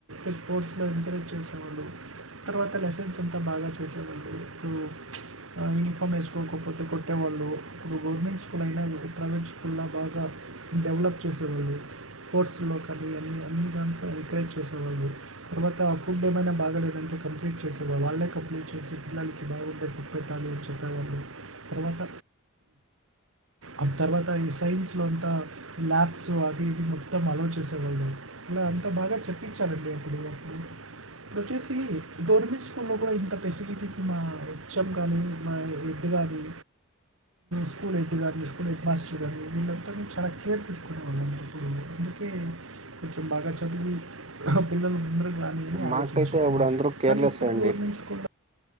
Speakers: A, on the right; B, on the right.
A: ఇ స్పోర్ట్స్లో ఎంకరేజ్ చేసేవాళ్ళు తర్వాత లెసెన్స్ అంతా బాగా చేసేవాళ్ళు ఇప్పుడు యూనిఫామ్ వేసుకోకపోతే కొట్టేవాళ్ళు ఇప్పుడు గవర్నమెంట్ స్కూల్ ఎప్పుడైనా ప్రైవేట్ స్కుల్ల్లో బాగా డెవలప్ చేశారు స్పోర్ట్స్ కానీ కానివ్వండి అన్నిట్లో ఎంకరేజ్ చేసేవాళ్ళు తర్వాత ఫుడ్ ఏమైనా బాగాలేదంటే కంప్లైంట్ చేసేవాళ్ళు వాళ్ళే కంప్లైంట్ చేసి పిల్లలకి బాగుడే ఫుడ్ పెట్టాలి అని చెప్పేవాళ్ళు తర్వాత ఆ తర్వాత ఈ సైన్స్లో అంత ల్యాబ్స్ అది మొత్తం అలో చేసేవాళ్ళం ఇలా అంత బాగా చెప్పించారండి అప్పుడు ఇప్పుడు వచ్చేసి గవర్నమెంట్ స్కూల్లో కూడా ఇంత ఫెసిలిటీస్ మా హెచ్ఎం కానీ మా ఎడ్ కానీ స్కూల్ ఎ తీసుకుని హెడ్ మాస్టర్ గారు వీళ్ళంతా చాలా కేర్ తీసుకునే వాళ్ళు అందుకే కొంచెం బాగా చదివి ఆ పిల్లలు అందరూ ఆలోచించేవాళ్లు
B: మాకైతే ఇప్పుడు అందరూ కేర్లెస్
A: కానీ ఇప్పుడు
B: అండి
A: గవర్నమెంట్ స్కూల్ లో